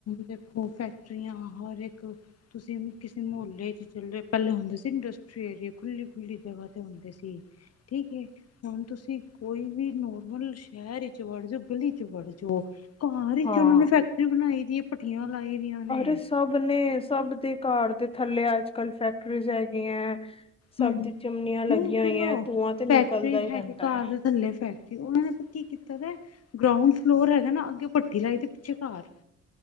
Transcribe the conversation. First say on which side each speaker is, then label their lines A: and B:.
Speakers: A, on the left; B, on the left.
A: ਦੇਖੋ ਫੈਕਟਰੀਆਂ ਹਰ ਇੱਕ ਤੁਸੀ ਕਿਸੇ ਮੁਹੱਲੇ ਚ ਪਹਿਲੇ ਹੁੰਦੇ ਸੀ ਇੰਡਸਟਰੀ ਏਰੀ ਖੁੱਲੀ-ਖੁੱਲੀ ਜਗਾ ਤੇ ਹੁੰਦੇ ਸੀ। ਠੀਕ ਏ, ਹੁਣ ਤੁਸੀਂ ਕੋਈ ਵੀ ਨੋਰਮਲ ਸ਼ਹਿਰ ਚ ਵੜ ਜਾਓ, ਗਲੀ ਚ ਵੜ ਜਾਓ। ਘਰ ਇਚ
B: ਹਾਂ
A: ਉਹਨਾਂ ਨੇ ਫੈਕਟਰੀ ਬਣਾਈ। ਦੀ ਹੈ ਭੱਠੀਆਂ ਲਾਈ ਦੀਆਂ ਨੇ
B: ਅਰੇ ਸਭ ਨੇ, ਸਭ ਦੇ ਘਰ ਦੇ ਥੱਲੇ, ਅੱਜ-ਕੱਲ ਫੈਕਟਰੀਜ਼ ਹੈਗੀਆਂ। ਸਭ
A: ਹਾਂਜੀ,
B: ਦੀ ਚਿਮਨੀਆਂ ਲੱਗੀਆਂ
A: ਨਹੀਂ
B: ਹੋਈਆਂ
A: ਚਲੋ,
B: ਧੂੰਆਂ ਤੇ ਨਿਕਲਦਾ
A: ਪੈਸੇ
B: ਹੀ
A: ਹੈਗੇ
B: ਰਹਿੰਦਾ
A: ਕਾਰ
B: ਹੈ
A: ਦੇ ਥੱਲੇ ਫੈਕਟਰੀ ਉਹਨਾਂ ਨੇ ਕੀ ਕੀਤਾ ਦਾ ਏ, ਗਰਾਊਂਡ ਫਲੋਰ ਹੈਗਾ ਨਾ ਅੱਗੇ ਭੱਠੀ ਲਾਈ ਤੇ ਪਿੱਛੇ ਕਾਰ